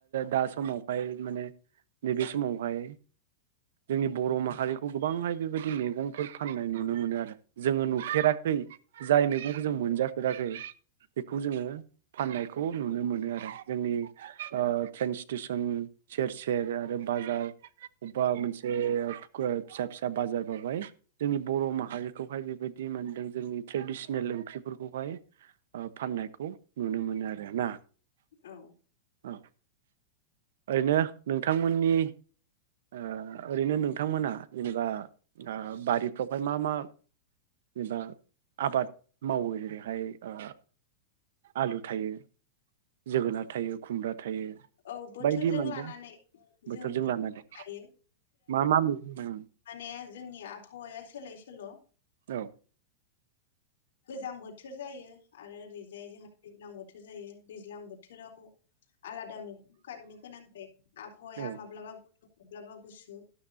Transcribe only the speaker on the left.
औ
औ बोथोरजों
लानानै
जों
लायो
ए जोंनि आबहावाया सोलाय सोल'
गोजां बोथोर जायो आरो ओरैजाय जोंहा दैज्लां बो थोर जायो दैज्लां बोथोराव आलादा मैगंखौ गायनो गोनां जायो आबहावाया
माब्लाबा गुदुं माब्लाबा गुसु